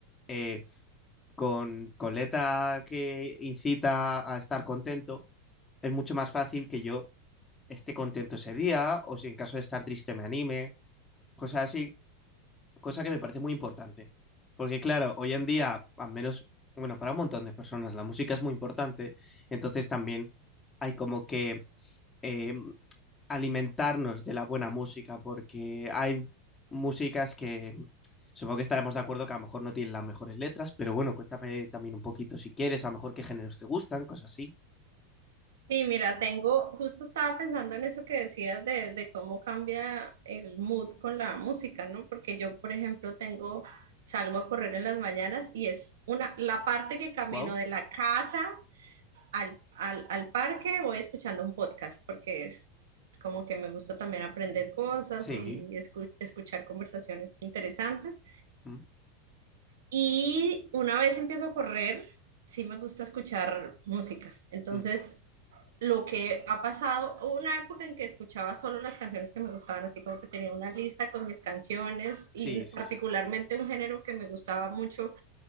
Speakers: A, on the left; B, on the right.
A: eh, con, con letra que incita a estar contento, es mucho más fácil que yo esté contento ese día o si en caso de estar triste me anime, cosas así, cosa que me parece muy importante. Porque claro, hoy en día, al menos, bueno, para un montón de personas la música es muy importante, entonces también hay como que eh, alimentarnos de la buena música porque hay músicas que supongo que estaremos de acuerdo que a lo mejor no tienen las mejores letras, pero bueno, cuéntame también un poquito si quieres, a lo mejor qué géneros te gustan, cosas así.
B: Sí, mira, tengo, justo estaba pensando en eso que decías de, de cómo cambia el mood con la música, ¿no? Porque yo, por ejemplo, tengo, salgo a correr en las mañanas y es una, la parte que camino
A: Wow.
B: de la casa al, al, al parque voy escuchando un podcast, porque es como que me gusta también aprender cosas
A: Sí.
B: y escu- escuchar conversaciones interesantes.
A: Mm,
B: Y una vez empiezo a correr, sí me gusta escuchar música. Entonces
A: mm.
B: lo que ha pasado, una época en que escuchaba solo las canciones que me gustaban, así como que tenía una lista con mis canciones y
A: Sí,
B: particularmente
A: sí, sí.
B: un género que me gustaba mucho,